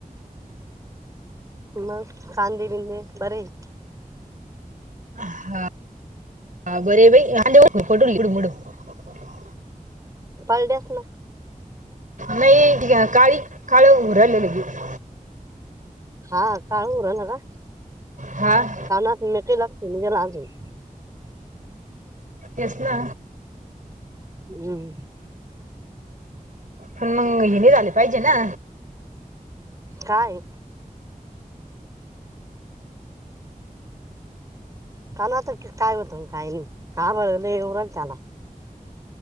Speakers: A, on the right; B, on the right.
A: मग कांदे बिंदे बरे ए?
B: हा बरे ए बाई आले <unintelligible>
A: पंलड्यास ना
B: नाही काळी काळ होऊ राहील लगीच.
A: हा काळ होऊ राहील का?
B: हां.
A: कानात मेटेला <unintelligible>
B: तेच ना.
A: हम्.
B: पण मग हे नी झाले पाहिजे ना.
A: काय? कानू आता काय होतन काय नाय काम नाय येऊ राहिली त्याला.